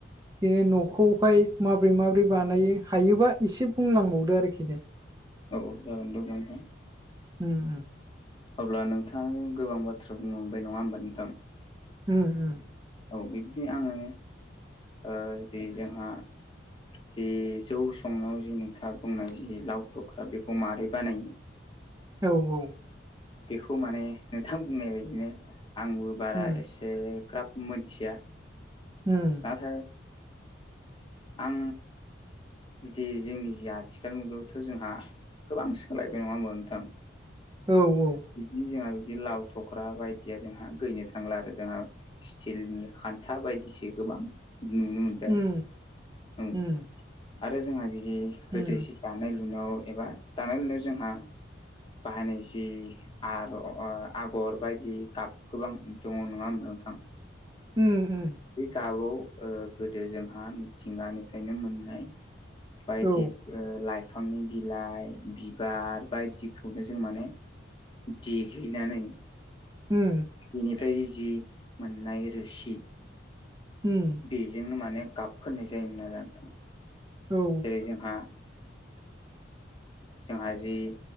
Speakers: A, on the right (about 20°); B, on the left (about 25°).
A: बे न'खौहाय माब्रै माबोरै बानायो हायोबा एसे बुंलांबावदो आरोखि दे।
B: औ औ जागोन दे नोंथां।
A: उम उम उम
B: अब्ला नोंथाङनि गोबां बाथ्रा बुंलांबाय नङा होमबा नोंथां?
A: उम उम
B: औ बिबदि आङो ओ जिे जोंहा जि जौ संनायाव जिे नोंथाङा बुंनाय जि लाव दख्रा बेखौ माबोरै बानायो?
A: औ औ
B: बेखौ माने नोंथां बुंनाय बायदिनो आंबो बारा
A: उम
B: एसेग्राब मोनथिया।
A: उम
B: नाथाय आं जे जोंनि जिे आथिखाल मुगायावथ' जोंहा गोबां सोलायबाय नङा होनोमाव नोंथां?
A: औ औ
B: बिदिनो जोंहा बिदि लाव थख्रा बायदिया जोंहा गैनो थांला आरो जोंहा स्टिलनि खान्था बायदिसो गोबां नुनो मोनबाय
A: उम
B: आरो औ
A: उम
B: आरो जोंहा जुदि गोदो
A: उम
B: जि दानाय लुनायाव एबा दानाय लुनायाव जोंहा बाहायनाय जि आरो आगर बायदि गाब गोबां दङ नङा होमबा नोंथां?
A: उम उम
B: बे गाबाव ओ गोदो जोंहा मिथिंगानिफ्रायनो मोननाय बायदि
A: औ
B: लाइफांनि बिलाइ बिबार बायदिखौनो जों माने देग्लिनानै
A: हम
B: बेनिफ्राय जि मोननाय रोसि
A: हम
B: बेजोंनो माने गाब फनाय जायोमोन आरोना नोंथां।
A: औ
B: जेरै जोंहा जोंहा जि